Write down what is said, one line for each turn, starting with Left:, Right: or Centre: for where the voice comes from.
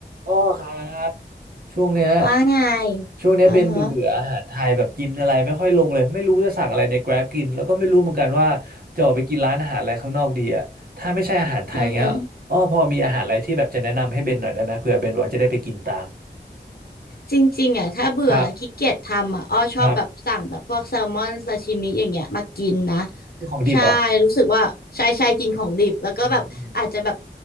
Right: อ้อครับช่วงเนี้ย
Left: ว่าไง
Right: ช่วงเนี้ยเบนเบื่อเบื่ออาหารไทยแบบกินอะไรไม่ค่อยลงเลยไม่รู้จะสั่งอะไรใน
Left: อือฮะ
Right: Grab กินแล้วก็ไม่รู้เหมือนกันว่าจะออกไปกินร้านอาหารอะไรข้างนอกดีอ่ะถ้าไม่ใช่อาหารไทยเงี้ยอ้อพอมีอาหารอะไรที่แบบจะแนะนำให้เบนหน่อยได้ไหมเผื่อเบนว่าจะได้ไปกินตาม
Left: อือฮะ จริงๆอ่ะถ้าเบื่อแล้วขี้เกียจทำอ่ะอ้อชอบแบบสั่งแบบพวกแซลมอนซาชิมิอย่างเงี้ยมากินนะ
Right: ครับครับของดิบเหรอ
Left: ใช่รู้สึกว่าใช่ใช่กินของดิบแล้วก็แบบอาจจะแบบ
Right: อืมอืม